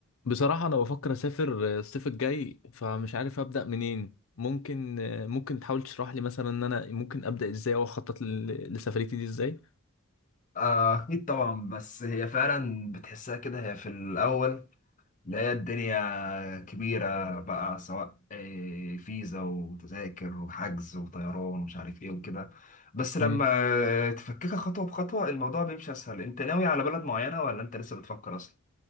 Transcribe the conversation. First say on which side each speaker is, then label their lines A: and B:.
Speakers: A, on the left; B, on the left.
A: بصراحة أنا بفكر أسافر الصيف الجاي فمش عارف أبدأ منين ممكن ممكن تحاول تشرح لي مثلا إن أنا ممكن أبدأ إزاي أو أخطط ل- لسفريتي دي إزاي
B: آه، أكيد طبعا بس هي فعلا بتحسها كده هي في الأول اللي هي الدنيا كبيرة بقى سواء آه، فيزا وتذاكر وحجز وطيران ومش عارف إيه وكده بس لما
A: مم.
B: آه، تفككها خطوة بخطوة الموضوع بيمشي أسهل أنت ناوي على بلد معينة ولا أنت لسه بتفكر أصلا؟